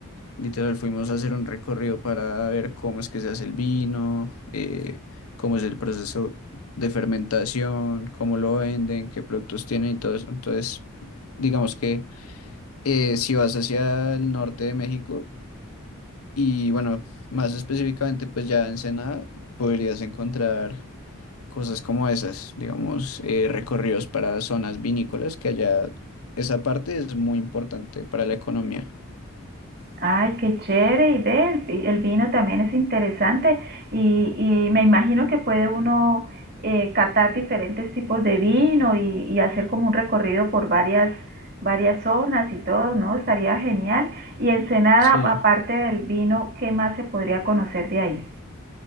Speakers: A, on the left; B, on the right.
A: Literal, fuimos a hacer un recorrido para ver cómo es que se hace el vino, eh, cómo es el proceso de fermentación, cómo lo venden, qué productos tienen y todo eso. Entonces, digamos que eh, si vas hacia el norte de México y bueno, más específicamente pues ya en Ensenada, podrías encontrar cosas como esas, digamos, eh, recorridos para zonas vinícolas, que allá esa parte es muy importante para la economía.
B: Ay, qué chévere, y ve, el, vi- el vino también es interesante y, y me imagino que puede uno eh, catar diferentes tipos de vino y, y hacer como un recorrido por varias, varias zonas y todo, ¿no? Estaría genial. Y Ensenada,
A: Sí.
B: aparte del vino, ¿qué más se podría conocer de ahí?